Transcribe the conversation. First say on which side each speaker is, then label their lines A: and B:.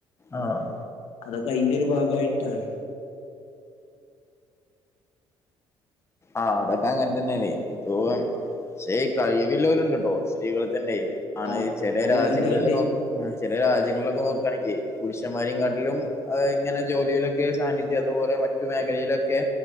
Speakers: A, on the left; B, on the left.
A: ആഹ്
B: അതൊക്കെ അയിന്റെരു ഭാഗായിട്ടാണ്
A: ആഹ് അതൊക്കെ അങ്ങത്തന്നേണ് ഇപ്പൊ ക്ഷേ ഈ കഴിവില്ലോല്ണ്ട്ട്ടോ സ്ത്രീകളിത്തന്നെ ആണെ
B: ആ
A: ചെലെ
B: അതെ
A: രാജ്യങ്ങളില്
B: അത്ണ്ട് അത്ണ്ട്
A: നോക്ക ആഹ് ചെലെ രാജ്യങ്ങള്ലൊക്കെ നോക്കാണെങ്കെ പുരുഷന്മാരേങ്ങാട്ടിലും അഹ് ഇങ്ങനെ ജോലിയിലൊ ക്കെ സാന്നിധ്യം അത്പോലെ മറ്റു മേഖലയിലൊക്കെ